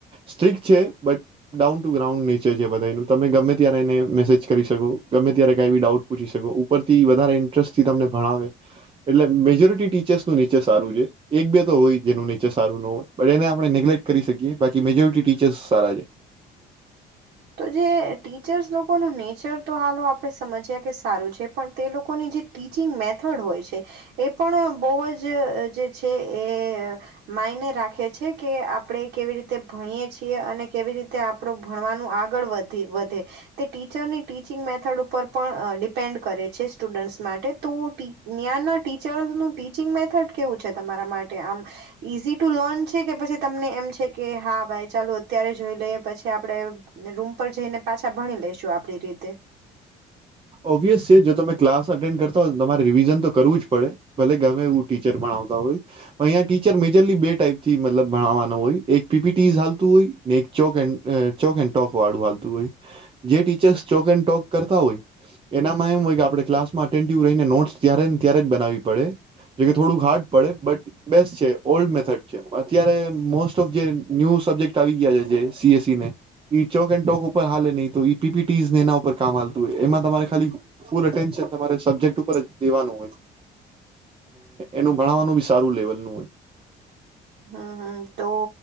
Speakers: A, on the right; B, on the right.
A: સ્ટ્રીક છે but down to ground nature છે બધા એનું તમે ગમે ત્યારે એને મેસેજ કરી શકો ગમે ત્યારે કઈ બી ડાઉટ પૂછી શકો ઉપરથી વધારે ઇન્ટરેસ્ટથી તમને ભણાવે એટલે મેજોરિટી ટીચર્સનું નેચર સારું છે. એક બે તો હોય જેનું નેચર સારું ન હોય બટ એને આપણે નેગ્લેક્ટ કરી શકીએ બાકી મેજોરિટી ટીચર્સ સારા છે.
B: તો જે ટીચર્સ લોકોનું નેચર તો હાલો આપણે સમજ્યા કે સારું છે પણ તે લોકોની જે ટીચિંગ મેથડ હોય છે એ પણ બહુવજ જે છે એ માયને રાખે છે કે આપણે કેવી રીતે ભણીએ છીએ અને કેવી રીતે આપડું ભણવાનું આગળ વધે તે ટીચરની ટીચિંગ મેથડ ઉપર પણ ડિપેન્ડ કરે છે સ્ટુડન્ટ્સ માટે તો ટ ન્યાના ટીચરનું ર્ટીચિંગ મેથડ કેવું છે તમારા માટે? માટે માટે આમ ઈઝી ટુ લર્ન છે કે પછી તમને એમ છે કે હા ભાઈ ચાલુ અત્યારે જોઈ લઈએ પછી આપડણે ને રૂમ પર જઈ ને પાછા ભણી લઈેશું આપ આપણી રીતે
A: ઓબ્વિયસ છે જો તમે ક્લાસ અટેન્ડ કરતા હોય તમારે રિવિઝન તો કરવું જ પડે ભલે ગમે એવું ટીચર ભણાવતા હોય પણ અહીંયા ટીચર મેજરલી બે ટાઈપથી મલ ભણાવવાનો હોય એક પીપીટી હાલતું હોય ને એક ચોક ચોક એડ ટોક વાળું હાલતું હોય જે ટીચર્ ચોક એડ ટોક કરતા હોય એનામાં એમ હોય કે આપણે ક્લાસમાં અટેિવ રહીને નોટ્સ ત્યારેને ત્યારે જ બનાવવી પડે જો કે થોડું હાર્ડ પડે બટ બેસ્ટ છે ઓલ્ડ મેથડ છે અત્યારે મોસ્ટ ઓફ જે ન્યુ સબ્જેક્ટ આવી ગયા છે જે સીએસસી ને ચોક એન્ડ ટોક ઉપર હાલે નહીં તો પીપીટીસ એના ઉપર કામ હાલતું હોય એમાં તમા ખાલી ફૂલ અટેન્શન તમારે સબ્જેક્ટ ઉપર જ દેવાનું હોય એનું ભણાવવાનું બી સારું લેવલનું હોય.
B: હમ હમ તો